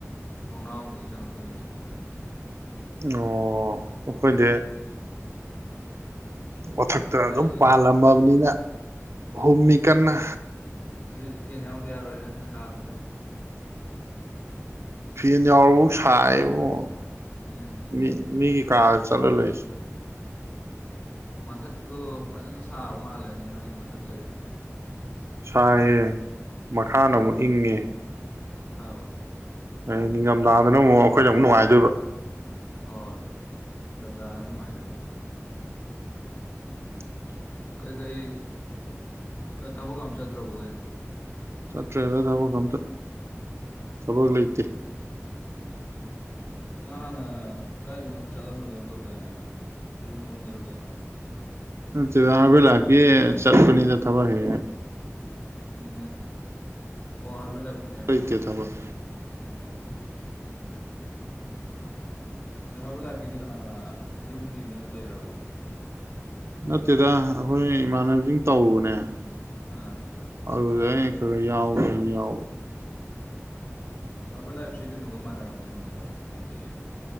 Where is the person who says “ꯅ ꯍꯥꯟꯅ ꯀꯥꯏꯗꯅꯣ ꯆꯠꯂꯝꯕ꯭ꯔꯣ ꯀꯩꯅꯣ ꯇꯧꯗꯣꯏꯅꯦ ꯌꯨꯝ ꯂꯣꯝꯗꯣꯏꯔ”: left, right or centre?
Left